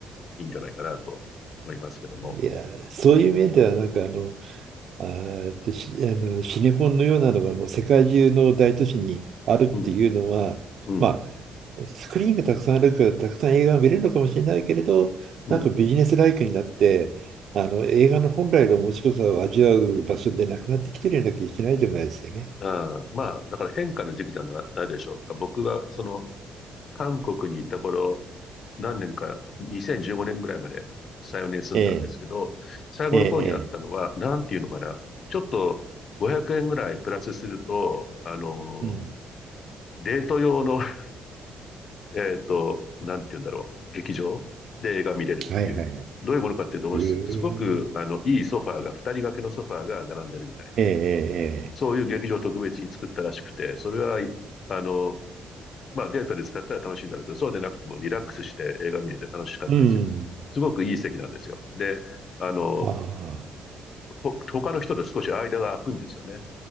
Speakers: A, on the left; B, on the right.
A: いいんじゃないかなと思いますけども。
B: いや、そういう面では、なんか、あの、
A: うん、
B: あーえっと、しあの、シネコンのようなのがもう世界中の大都市にあるっていうのは、
A: うん、うん、うん、
B: まあ、スクリーンがたくさんあるからたくさん映画が見れるのかもしれないけれど、
A: うん。
B: なんかビジネスライクになって、あの映画の本来の面白さを味わう場所でなくなってきてるような気がしないでもないですよね。
A: ああ、まあ、だから変化の時期じゃなないでしょうか。僕は、その、韓国に行った頃、何年か、2015年ぐらいまで3、4年住んだんですけど、
B: ええ、
A: 最後の方にあったのは、
B: ええ、ええ
A: なんていうのかな、ちょっと500円ぐらいプラスすると、あの、
B: うん。
A: デート用の、<laughs> えっと、なんていうんだろう、劇場で映画見れるっていう。
B: はいはいはい。
A: どういうものかっていうと、
B: へえ
A: す、すごく、あの、いいソファーが、二人掛けのソファーが並んでるみたいな。
B: ええ、ええ、
A: そういう劇場を特別に作ったらしくて、
B: ええ
A: それは、いあの、まあデータで使ったら楽しいんだろうけど、そうでなくてもリラックスして映画見れて楽しかったですよ。
B: うん。
A: すごくいい席なんですよ。で、あの、
B: ああ、
A: ほ他の人と少し間が空くんですよね。